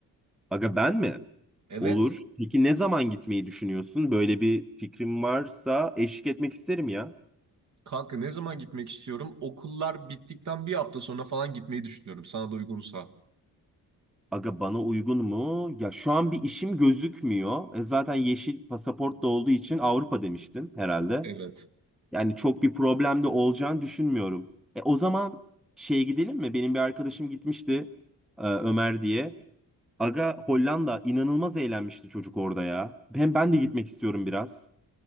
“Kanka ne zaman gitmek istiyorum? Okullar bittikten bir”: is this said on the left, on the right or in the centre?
Right